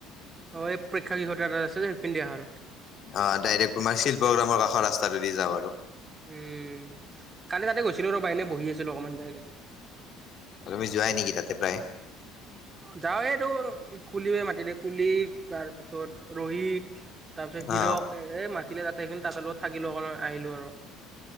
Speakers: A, on the right; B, on the left.
A: অ এই পৰক্ষাহ এটা আছে যে সেই ফালেদি আহা আৰু
B: অ ডাইৰেক্ট তোমাৰ শিল্পগ্ৰামৰ কাষৰ ৰাস্তাটোদি যাওঁ আৰু
A: উম, কালি তাতে গৈছিলো ৰবা এনে বহি আছিলোঁ অকণমান যাই কিনে।
B: তুমি যোৱাই নেকি তাতে প্ৰায়।
A: যাওঁৱেইটো কুলি মাতিলে কুলি তাৰপিছত ৰোহিত তাৰ পিছত হিৰক
B: অ
A: এ মাতিলে ততে, তাহাঁতৰ লগত থাকিলো অকন আহিলোঁ আৰু